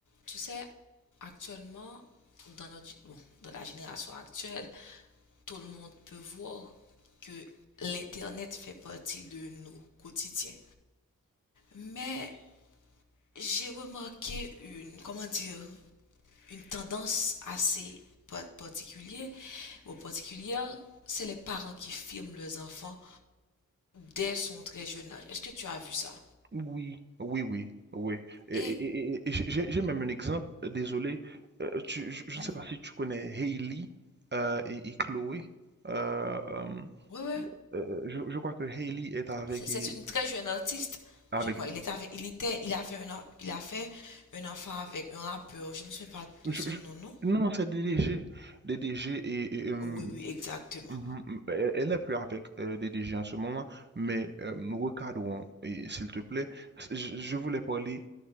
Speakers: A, on the left (about 60°); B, on the right (about 30°).
A: Tu sais, actuellement, dans notre, bon, dans la génération actuelle, tout le monde peut voir que l'Internet fait partie de nos quotidiens. Mais j'ai remarqué une, comment dire, une tendance assez pa- particulière, ou particulière, c'est les parents qui filment leurs enfants dès son très jeune âge. Est-ce que tu as vu ça?
B: Oui, oui, oui, oui. Et,
A: Et,
B: et- et- et- j'ai j'ai- j'ai même un exemple, euh, désolé, euh, tu- je, je
A: mhm.
B: ne sais pas si tu connais Hailey euh, et, et Chloé. Euh, euh,
A: ouais, ouais.
B: euh, je, je crois que Hailey est avec...
A: C'est
B: et-
A: une très jeune artiste,
B: avec
A: je crois. Il est avec, il était, il a fait un, en- il a fait un enfant avec un rappeur. Je ne me souviens pas
B: je-
A: de son
B: je-
A: nom, non?
B: non, non, c'est DDG. DDG et... et, euh,
A: Oui, oui, exactement.
B: mhm, elle elle n'est plus avec euh, DDG en ce moment, mais euh, recadrons, et s'il te plaît. Je, je voulais parler